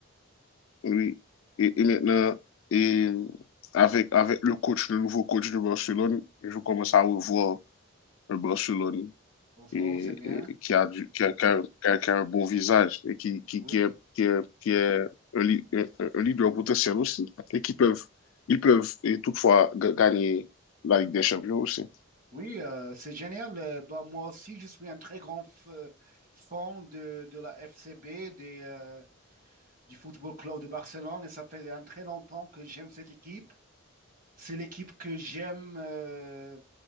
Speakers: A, on the left; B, on the right.
A: oui, et, et maintenant, et euh, avec, avec le coach, le nouveau coach de Barcelone, je commence à revoir un Barcelone
B: Oh, c-
A: et,
B: oh, c'est bien.
A: et qui a du, qui a, qui a- qui a- qui a un bon visage et qui, qui,
B: Oui,
A: qui est, qui est, qui est un, li- un- un leader potentiel aussi. Et qui peuvent, ils peuvent et toutefois ga- gagner la Ligue des Champions aussi.
B: oui, euh, c'est génial. Euh, bah, moi aussi, je suis un très grand f- fan de, de la FCB, des, euh, du Football Club de Barcelone, et ça fait un très longtemps que j'aime cette équipe. C'est l'équipe que j'aime. euh,